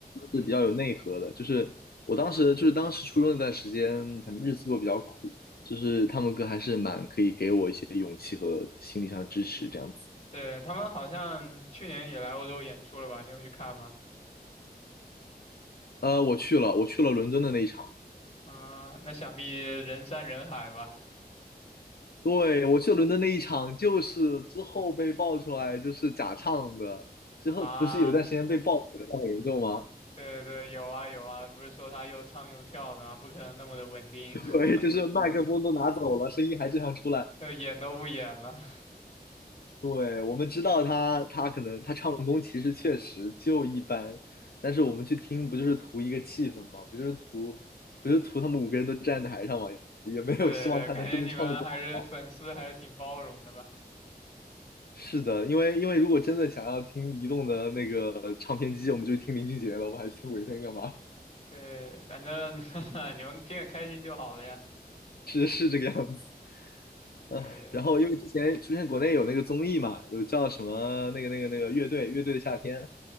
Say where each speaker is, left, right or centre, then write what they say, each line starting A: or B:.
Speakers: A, on the left; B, on the left.
A: 嗯，
B: 是比较有内核的。就是我当时就是当时初中那段时间，可能日子过得比较苦，就是他们歌还是蛮可以给我一些勇气和心理上的支持这样子。
A: 对，他们好像去年也来欧洲演出了吧？你有去看吗？
B: 呃，我去了，我去了伦敦的那一场。
A: 啊，那想必人山人海吧？
B: 对，我去了伦敦那一场，就是之后被爆出来就是假唱的。之后不是有一段时间被爆的很严重吗？
A: 啊，对对，有啊有啊，不是说他又唱又跳的吗？不可能那么的稳定，
B: <laughs> 对，
A: <laughs>
B: 就是麦克风都拿走了，声音还正常出来。
A: 就演都不演了。
B: 对，我们知道他，他可能他唱功其实确实就一般，但是我们去听不就是图一个气氛吗？不就是图，不就是图他们五个人都站台上吗？也没有希望他能真的唱得多好。
A: <laughs> 对对，感觉你们还是粉丝还是挺包容的吧？
B: 是的，因为因为如果真的想要听移动的那个唱片机，我们就听林俊杰了，我还去听五月天干嘛？
A: 对，反正 <laughs> 你们听着开心就好了呀。
B: <laughs> 是是这个样子。啊，
A: 对，
B: 然后因为之前出现国内有那个综艺嘛，有叫什么那个那个那个乐队乐队的夏天，